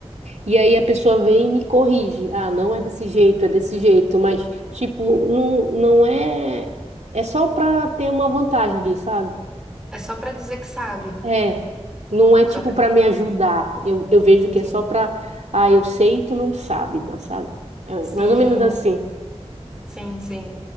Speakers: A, on the right; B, in the centre.
A: e aí a pessoa vem e me corrige. Ah, não é desse jeito, é desse jeito, mas tipo, não, não é. É só para ter uma vantagem ali, sabe?
B: É só pra dizer que sabe.
A: É. Não é tipo
B: Só pra
A: para
B: dizer
A: me ajudar.
B: que
A: Eu, eu vejo que
B: sim.
A: é só para. Ah, eu sei e tu não sabe, não sabe? É
B: Sim.
A: mais ou menos assim.
B: Sim, sim.